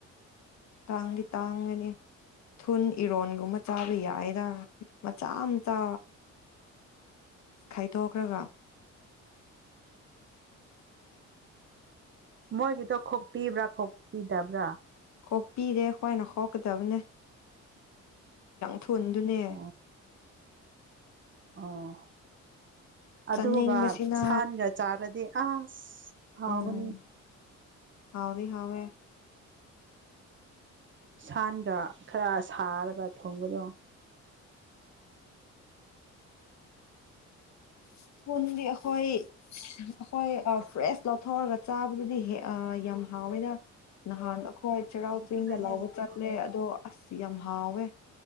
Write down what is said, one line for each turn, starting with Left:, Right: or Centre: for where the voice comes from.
Left: ꯇꯥꯡꯗꯤ ꯇꯥꯡꯒꯅꯤ ꯊꯨꯟ ꯏꯔꯣꯟꯒꯨꯝꯕ ꯆꯥꯕ ꯌꯥꯏꯗ ꯃꯆꯥ ꯃꯆꯥ ꯈꯥꯏꯗꯣꯛꯈ꯭ꯔꯒ
Right: ꯃꯣꯏꯒꯤꯗꯣ ꯈꯣꯛꯄꯤꯕ꯭ꯔꯥ ꯈꯣꯛꯄꯤꯗꯕ꯭ꯔꯥ
Left: ꯀꯣꯛꯄꯤꯔꯦ ꯑꯩꯈꯣꯏꯅ ꯍꯥꯎꯀꯗꯕꯅꯦ ꯊꯨꯟꯗꯨꯅꯦ
Right: ꯑꯣ ꯑꯣ ꯑꯗꯨꯒ
Left: ꯆꯥꯅꯤꯡꯕꯁꯤꯅ
Right: ꯁꯥꯟꯒ ꯆꯥꯔꯗꯤ ꯑꯁ ꯍꯥꯎꯒꯅꯤ
Left: ꯎꯝ ꯍꯥꯎꯗꯤ ꯍꯥꯎꯋꯦ
Right: ꯁꯥꯟꯒ ꯈꯔ ꯁꯥꯔꯒ ꯊꯣꯡꯒ꯭ꯔ
Left: <unintelligible> ꯍꯟꯗꯤ ꯑꯩ ꯍꯣꯏ ꯑꯩꯈꯣꯏ ꯐ꯭ꯔꯦꯁ ꯂꯧꯊꯣꯛꯔꯒ ꯆꯥꯕꯗꯨꯗꯤ ꯌꯥꯝ ꯍꯥꯎꯋꯦꯅ ꯅꯍꯥꯟ ꯍꯣꯏ ꯆꯩꯔꯥꯎ
Right: ꯑꯗꯨꯅ
Left: ꯆꯤꯡꯗ
Right: ꯍꯦꯟꯅ
Left: ꯂꯥꯎꯧꯕ ꯆꯠꯂꯦ ꯑꯗꯣ ꯑꯁ ꯌꯥꯝ ꯍꯥꯎꯋꯦ